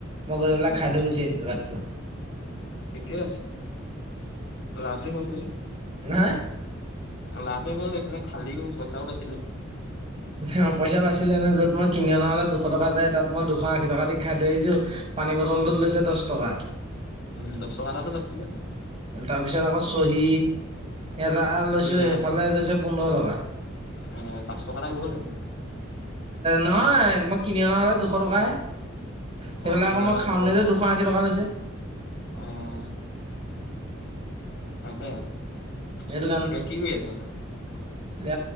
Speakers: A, on the right (about 30°); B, on the left (about 65°).
A: মই গৈ পেলাই
B: অ'
A: খাই থৈ গুছি আহিলোঁ ভাতটো।
B: ঠিকে আছে। লাভেই হ'লতো।
A: নাই।
B: লাভেই হ'ল এইফালে, খালিও, পইচাও বাচিলে।
A: অ' পইচা বাছিলে নে? য'ত মই কিনি অনা হ'লে দুশ টকা যায়, তাত মই দুশ আশী টকা দি খাই থৈ আহিছোঁ। পানী বটলটোত
B: উম
A: লৈছে দশ টকা।
B: উম দশ টকা এটাটো বাচিছে।
A: তাৰপিছত আকৌ চহী এৰা আৰু লৈছো
B: চহী
A: সেইফালে গৈছে পোন্ধৰ টকা
B: অ পাঁচ টকা এটা গ'ল
A: নহয় মই কিনি অনালে দুশ টকাই সেইফালে
B: অ' কিনি
A: আকৌ মই
B: অনা
A: খাওঁ
B: টকা
A: তে যে দুশ আশী টকা লৈছে
B: অ' তাকে এতিয়া
A: সেইটো
B: কি কৰি আছ
A: দে